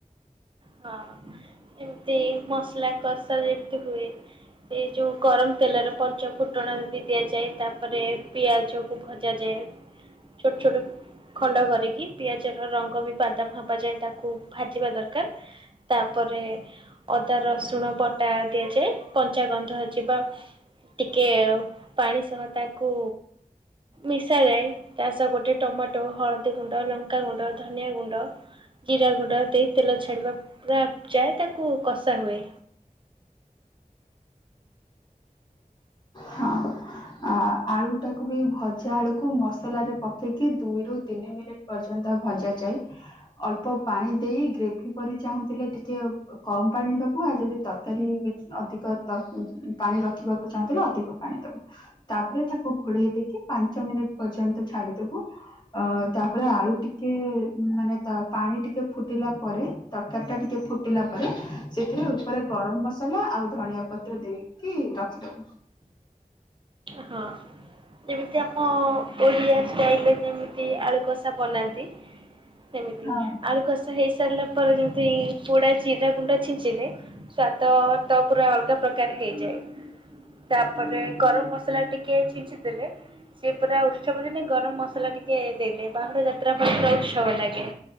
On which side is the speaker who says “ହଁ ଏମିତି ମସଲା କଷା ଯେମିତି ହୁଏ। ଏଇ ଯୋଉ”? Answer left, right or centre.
Right